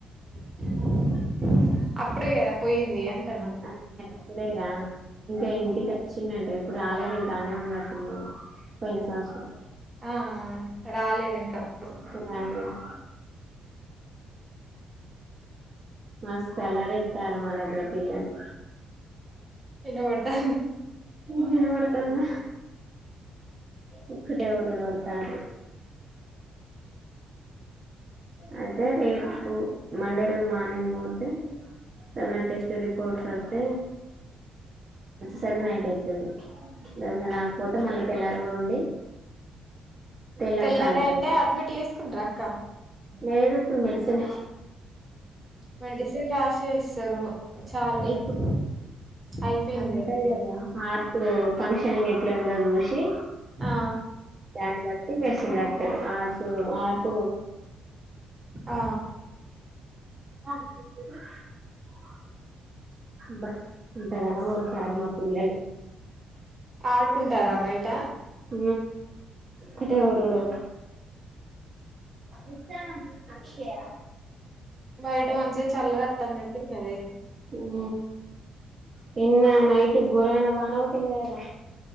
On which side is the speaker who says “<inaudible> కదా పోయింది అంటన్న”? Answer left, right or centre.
Right